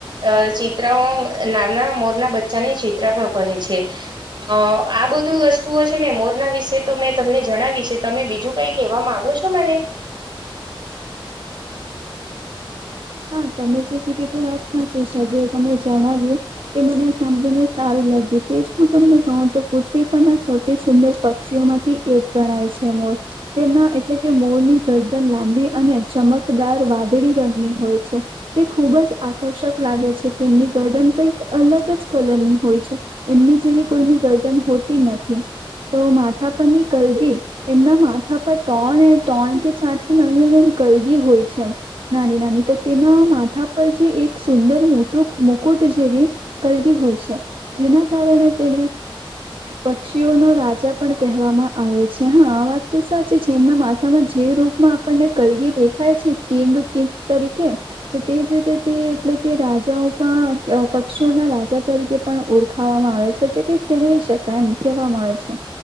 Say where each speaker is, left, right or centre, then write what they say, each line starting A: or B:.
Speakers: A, on the right (about 55°); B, on the right (about 70°).
A: અ ચિત્રાઓ નાના મોરના બચ્ચાને ચિત્ર પણ કહે છે. અ આ બધું વસ્તુઓ છે ને મોરના વિશે તો મેં તમને જણાવી છે. તમે બીજું કઈ કહેવા માંગો છો મને.
B: હા તમે જે કીધી તે વાત સાચી છે જે તમે જણાવ્યું. તે મને સમજીને સારું લાગ્યું તેજ હું તમને કહું તો. પૃથ્વી પરના સૌથી સુંદર પક્ષીઓ માંથી એક ગણાય છે મોર. તેમના એટલે કે મોરની ગરદન લાંબી અને ચમકદાર વાદળી રંગની હોય. છે. તે ખૂબ જ આકર્ષક લાગે છે તેમની ગર્દન કઈક અલગ જ કલરની હોય છે. એમની જેવી કોઈની ગર્દન હોતી નથી તો માથા પરની કલગી એમના માથા પર ત્રણ એ ત્રણ કે ચાથી નાની અને એમ કલગી હોય છે એમ. નાની નાની તો તેના માથા પર જે એક સુંદર મોટુંક મુકુટ જેવી કલગી હોય છે. જેના કારણે તેને પક્ષીઓનો રાજા પણ કહેવામાં આવે છે હા આ વાત તો સાચી છે એમના મા થા માં જે રૂપમાં આપણને કલગી દેખાય છે કિંગ કિંગ તરીકે તો તેજ રીતે તે એટલે કે રાજાઓ પણ આ પક્ષીઓના રાજ રાજા તરીકે પણ ઓળખાવામાં આવે છે તે કે કહેવી શકાય એમ કહેવામાં આવે છે.